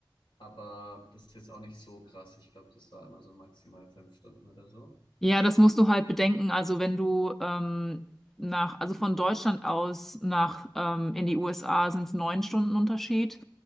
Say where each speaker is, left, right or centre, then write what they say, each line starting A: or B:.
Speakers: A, on the left (about 75°); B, in the centre.
A: aber das ist jetzt auch nicht so krass. Ich glaube, das war immer so maximal fünf Stunden oder so.
B: Ja, das musst du halt bedenken. Also wenn du ähm, nach, also von Deutschland aus nach ähm, in die USA sind es neun Stunden Unterschied,